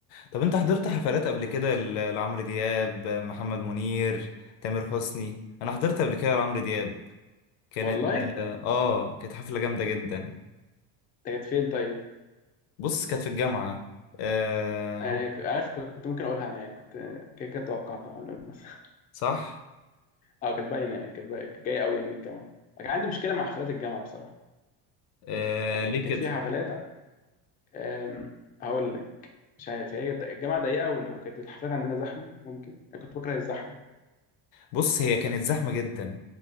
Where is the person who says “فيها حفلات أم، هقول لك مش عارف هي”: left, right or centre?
Left